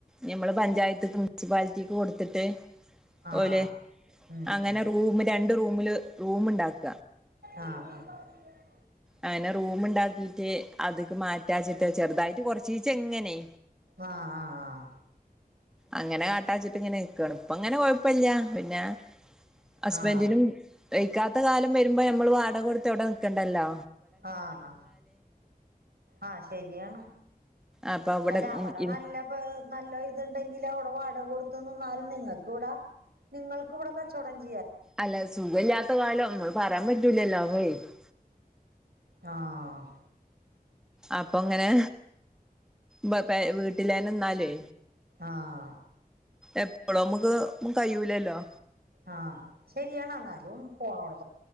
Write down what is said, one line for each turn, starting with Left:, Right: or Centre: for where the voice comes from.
Centre: നമ്മള് പഞ്ചായതിക്ക് മുൻസിപ്പാലിറ്റിക്ക് കൊടുത്തിട്ട്
Right: ആഹ് ആഹ്
Centre: ഓലെ
Right: ഉം
Centre: അങ്ങനെ
Right: ഉം
Centre: റൂമ് രണ്ട് റൂമില് റൂമുണ്ടാക്കി
Right: ആഹ് ആ <unintelligible>
Centre: അങ്ങനെ റൂമ് ഉണ്ടാക്കിട്ട് അത്ക്ക് മാറ്റാച്ചിട്ടാ ചെറുതായിട്ട് കൊറച് ചീങ്ങനെ
Right: ആഹ് ആഹ് ആഹ്
Centre: അങ്ങനെ കാട്ടാച്ചിട്ട് ഇങ്ങനെ നിക്കാണ് ഇപ്പ അങ്ങനെ കൊ കുഴപ്പല്ല പിന്നെ ഹസ്ബൻഡിനും
Right: ആഹ് ആഹ്
Centre: കഴിക്കാത്ത കാലം വരുമ്പോ നമ്മൾ വാടക കൊടുത്ത് എവിടെ നിൽക്കണ്ടല്ലോ
Right: ആഹ് ആ ആഹ് ശരിയാണ്
Centre: അപ്പൊ
Right: അല്ല അവിടെ
Centre: ഉം ഇ
Right: നല്ല നല്ല ഇത്ണ്ട് ഉണ്ടെങ്കിൽ അവിടെ വാടക കൊടുത്ത് നിന്നാൽ നിങ്ങൾക്ക് വിടെ നിങ്ങൾക്ക് ഇവിടെ കച്ചടം ചെ
Centre: അല്ല സുഖ ഇല്ലാത്ത കാലം നമ്മ പറയാൻ പറ്റൂലല്ലോ <unintelligible>
Right: ആ <unintelligible>
Centre: അപ്പൊ അങ്ങനെ ബ പ വീട്ടിലന്നെ നിന്നാലേ
Right: ആഹ്
Centre: എപ്പോഴോ നമ്മുക്ക് കഴിയൂലല്ലോ
Right: ആഹ് ശരിയാണ് എന്നാലും പോണോടു